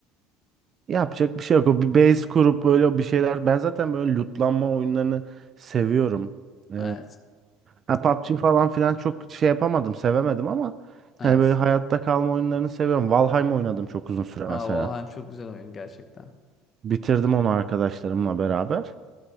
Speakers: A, on the right; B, on the left.
A: Yapacak bir şey yok. O bir base kurup böyle bir şeyler. Ben zaten böyle lootlanma oyunlarını seviyorum. Ee,
B: evet.
A: ha, PUBG falan filan çok şey yapamadım, sevemedim ama
B: Evet.
A: hani böyle hayatta kalma oyunlarını seviyorum. Valheim oynadım çok uzun süre
B: Aa,
A: mesela.
B: Valheim çok güzel oyun gerçekten.
A: Bitirdim onu arkadaşlarımla beraber.